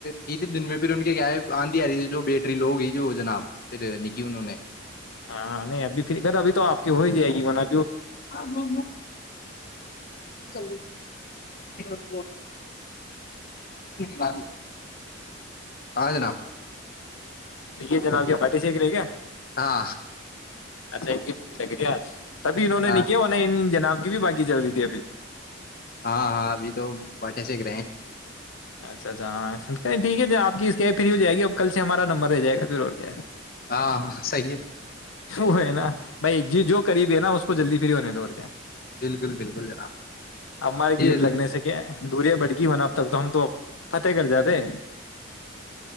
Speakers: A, on the left; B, on the left.
A: کی تھی دن میں پھر ان کے کیا ہے آندھی آ رہی تھی جو بیٹری لوگ ہی جو جناب پھر نکھی انہوں نے
B: ہاں نہیں ابھی پھرھر ابھی تو آپ کی ہو ہی جائے گی ج بنا
A: ہاں م چل گ م ب ہاں جناب
B: ر یہ جا کیا بٹٹی شییکریےا
A: ہاں
B: اچھا تبھی انہوں نے
A: ہاں
B: نہیں کیا وہ جناب کی بھی باقی چل رہی تھی ابھی
A: ہاں ہاں ابھی تو پٹے سےک رہے ہیں
B: اچھا اچھ ہاں ٹھیک ہے آپ اس کیب فری ہو جائے گی اب کل سے ہمارا نمبر رہ جائے گا پھر اور کیا ہے
A: ہاں ہاں صی ہے
B: وہ ہے نا بھائی جی جو قریب ہے نا اس کو جلدی فری ہونے دوور کیا
A: بالکل بالکل جناب
B: اب ہمارے گیپ
A: یہ
B: لگنے سے کیا دوریا بڑ گئی ہونا اب تک تو ہم تو فتح کرگر جادے